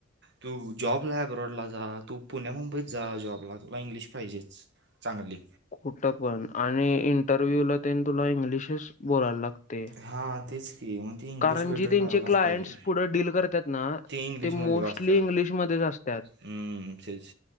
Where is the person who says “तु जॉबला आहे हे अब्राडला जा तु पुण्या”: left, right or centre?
Right